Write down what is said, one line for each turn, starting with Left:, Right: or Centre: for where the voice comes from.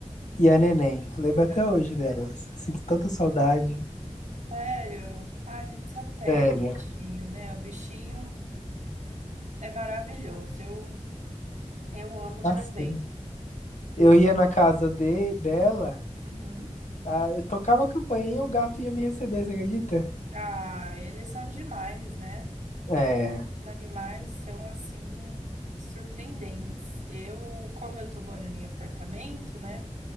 Left: e a Neném. Eu lembro até
Right: É,
Left: hoje delas. Eu sinto tanta saudade.
Right: Sério? Ah, a gente se apega
Left: Sério.
Right: ao bichinho, né? O bichinho é maravilhoso. Eu, eu amo
Left: Assim.
Right: também.
Left: Eu ia na casa de, dela,
Right: Uhum.
Left: a- eu tocava a campainha e o gato ia me receber, você acredita?
Right: Ah, eles são demais, né?
Left: É.
Right: Os animais são assim surpreendentes. Eu, como eu tô morando em apartamento, né?